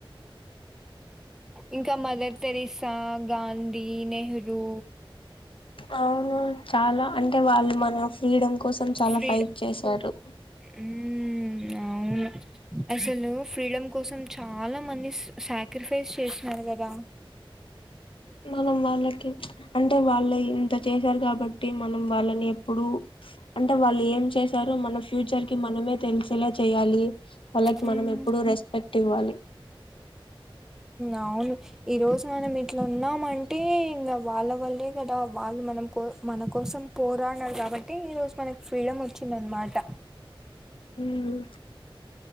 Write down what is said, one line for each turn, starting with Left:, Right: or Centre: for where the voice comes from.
Centre: ఇంకా మదర్ తెరిసా గాంధీ నెహ్రూ
Left: అవును చాలా అంటే వాళ్ళు మన ఫ్రీడమ్ కోసం చాలా
Centre: ఫ్రీడ
Left: ఫైట్ చేశారు
Centre: హ్మ్ అవును అసలు ఫ్రీడమ్ కోసం చాలా మంది సాక్రిఫైస్ చేస్తున్నారు కదా
Left: మనం వాళ్ళకి అంటే వాళ్ళ అ చేశారు కాబట్టి మనం వాళ్ళని ఎప్పుడు అంటే వాళ్ళు ఏం చేశారు మన ఫ్యూచర్ మనమే తెలిసేలా చేయాలి వాళ్ళకి
Centre: హ్మ్
Left: మనం ఎప్పుడు రెస్పెక్ట్ ఇవ్వాలి
Centre: అవును ఈరోజు మనం ఇట్లా ఉన్నామంటే ఇంకా వాళ్ళ వల్లే కదా వాళ్ళు మనం కో మన కోసం పోరాడన కాబట్టి ఈరోజు మనకి ఫ్రీడమ్ వచ్చిందినమాట
Left: హ